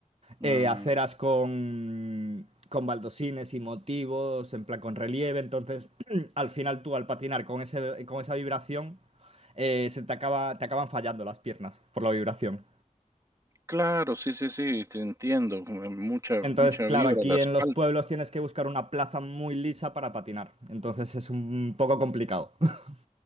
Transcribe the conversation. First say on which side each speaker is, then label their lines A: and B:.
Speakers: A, on the right; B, on the right.
A: mm,
B: eh, aceras con, con baldosines y motivos, en plan con relieve. Entonces, <clears throat> al final tú al patinar con, ese, con esa vibración, eh, se te, acaba, te acaban fallando las piernas por la vibración.
A: claro, sí, sí, sí, que entiendo, mm, mucha
B: Entonces,
A: mucha
B: claro,
A: vibra
B: aquí
A: el asfalto.
B: en los pueblos tienes que buscar una plaza muy lisa para patinar. Entonces es un poco complicado. <laughs>